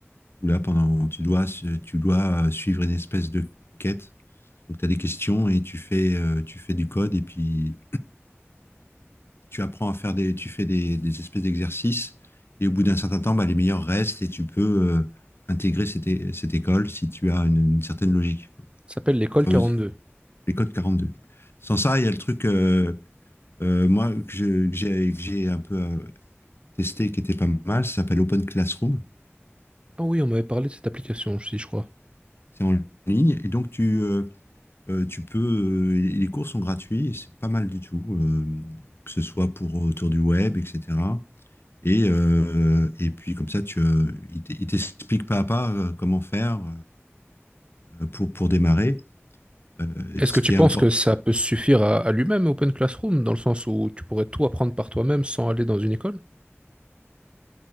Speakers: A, on the left (about 55°); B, on the right (about 25°).
A: où là, pendant, tu dois, tu dois euh, suivre une espèce de quête. Donc, t'as des questions et tu fais, euh, tu fais du code et puis tu apprends à faire des, tu fais des, des espèces d'exercices et au bout d'un certain temps, bah, les meilleurs restent et tu peux, euh, intégrer cette, é- cette école si tu as une, une certaine logique. quoi.
B: Ça s'appelle l'école
A: T'as pas
B: quarante-deux.
A: besoin- les codes quarante-deux. Sans ça, il y a le truc, euh, euh, moi, que je- que j'ai que j'ai un peu euh, testé, qui était pas mal, ça s'appelle Open Classroom.
B: Ah oui, on m'avait parlé de cette application aussi, je crois.
A: C'est en ligne. Et donc, tu, euh, euh, tu peux. euh, les cours sont gratuits, et c'est pas mal du tout, euh, que ce soit pour autour du web, etc. Et, euh, et puis, comme ça, tu, euh, il t- il t'explique pas à pas euh, comment faire euh, pour, pour démarrer. Euh,
B: Est-ce
A: ce
B: que tu
A: qui
B: penses
A: est important.
B: que ça peut suffire à, à lui-même, Open Classroom, dans le sens où tu pourrais tout apprendre par toi-même sans aller dans une école?